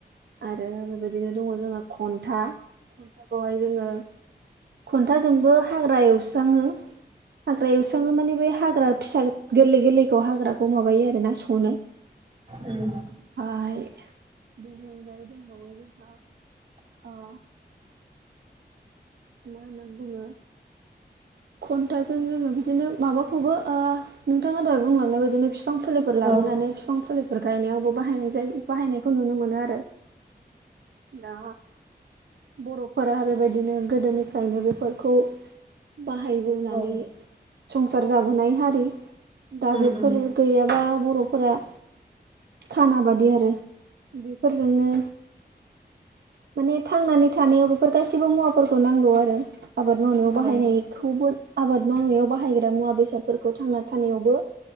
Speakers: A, on the right; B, on the right.
A: आरो बेबायदिनो दङ जोंहा खन्था खन्था खौहाय जोङो खन्था जोंबो हाग्रा एवस्राङो। हाग्रा एवस्राङो माने बे हाग्रा फिसा गोरलै गोरलैखौ हाग्राखौ माबायो आरोना सनो।
B: उम
A: ओमफाय बेनि अनगायै दंबावो जोंहा ओ मा होनना बुङो? कन्टाजों जोङो बिदिनो माबाखौबो ओ नोंथाङा दहाय बुंलांनाय बायदिनो फि फिफां फुलिफोर लाबोनानै
B: औ
A: फिफां फुलिफोर गायनायावबो बाहायनाय जायो बाहायनायखौ नुनो मोनो आरो। दा बर'फोरा बेबायदिनो गोदोनि फ्रायनो बेफोरखौ बाहाय बोनानै
B: औ
A: संसार जाबोनाय हारि। दा
B: उम
A: बेफोर
B: उम
A: गैयाबा बर'फोरा खाना बादि आरो बेफोर जोंनो माने थांनानै थानायाव बेफोर गासैबो मुवाफोरखौ नांगौ आरो आबाद मावनायाव
B: औ
A: बाहायनाय खौबो आबाद मावनायाव बाहायग्रा मुवा बेसादफोरखौ थांना थानायावबो